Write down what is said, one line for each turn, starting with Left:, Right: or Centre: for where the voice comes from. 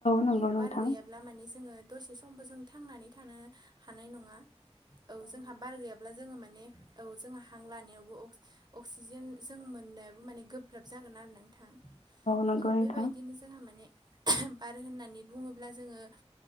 Left: नंगौ
Right: औ
Left: नोंथां
Right: बार गैया ब्ला माने जोंङो दसे समबो जों थांनानै थानो हानाय नङा। औ जोंहा बार गैया अब्ला जोङो माने औ जों हां लानायावबो अक्स अक्सिजेन जों मोननायाबो माने गोब्राब जागोन आरो नोंथां।
Left: नंगौ
Right: औ
Left: नोंथां
Right: बेबायदिनो जोंहा माने बार होननानै बुङोब्ला जोङो